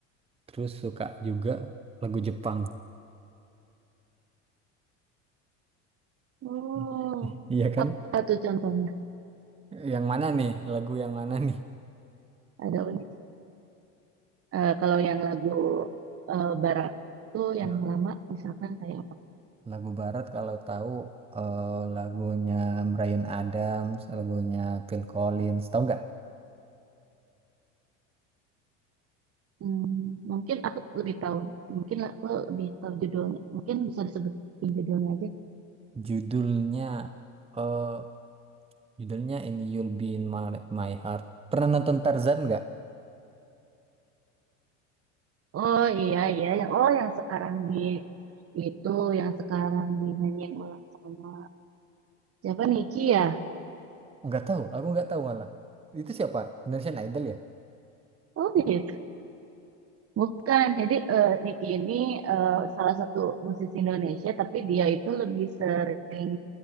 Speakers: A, on the right (about 15°); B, on the right (about 40°).
A: terus suka juga lagu Jepang.
B: Oh,
A: <laughs> Iya kan?
B: apa tuh contohnya?
A: Yang mana nih? Lagu yang mana nih?
B: Ada unik. Eh, kalau yang lagu eh, barat tuh yang
A: Nah,
B: lama, misalkan kayak apa?
A: Lagu barat kalau tahu eh, lagunya Bryan Adams, lagunya Phil Collins, tahu nggak?
B: Hmm, mungkin aku lebih tahu. Mungkin aku lebih tahu judulnya. Mungkin bisa disebutin judulnya aja.
A: Judulnya eh judulnya ini You'll Be in My, My Heart. Pernah nonton Tarzan nggak?
B: Oh iya iya yang oh yang sekarang di itu yang sekarang dinyanyiin ulang sama siapa Niki ya?
A: Nggak tahu, aku nggak tahu malah. Itu siapa? Indonesian Idol ya?
B: Oh gitu. Bukan. Jadi eh, Niki ini eh, salah satu musisi Indonesia tapi dia itu lebih sering